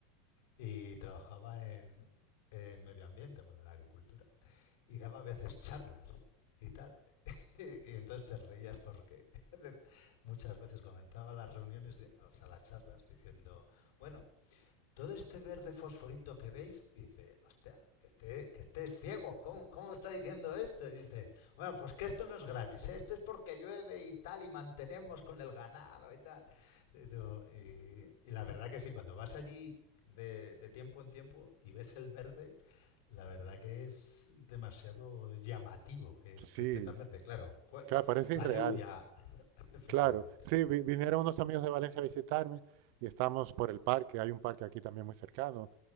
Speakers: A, on the left (about 75°); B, on the right (about 60°).
A: y trabajaba en, en medio ambiente, bueno, en la agricultura, y daba a veces charlas y tal. <laughs> Y, y entonces te reías porque <laughs> muchas veces comenzaba las reuniones, di- o sea, las charlas, diciendo, bueno, todo este verde fosforito que veis, dice, hostia, que esté, que estés ciego, ¿cómo, cómo está diciendo esto? Dice, bueno, pues que esto no es gratis, ¿eh? esto es porque llueve y tal, y mantenemos con el ganado y tal. Y, y- y la verdad que sí, cuando vas allí de, de tiempo en tiempo y ves el verde, la verdad que es demasiado llamativo que, es-
B: sí,
A: que esté tan verde, claro.
B: claro, parece
A: La
B: irreal.
A: lluvia, <laughs> efectivamente.
B: Claro, sí, vi- vinieron unos amigos de Valencia a visitarme y estamos por el parque, hay un parque aquí también muy cercano,